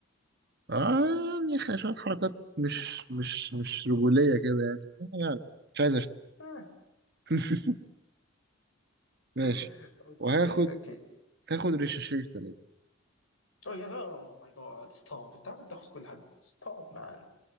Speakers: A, on the right; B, on the left.
A: اه يعني خ- شوية حركات مش مش مش رجولية كده يعني يعني مش عايز اشتم
B: آه.
A: <laughs> ماشي
B: <laughs> اوكي
A: وهاخد
B: اوكي
A: هاخد ريشاشيه في تلاتة
B: اوه يا اوه ماي جاد ستوب انت عمال تاخد كل حد ستوب مان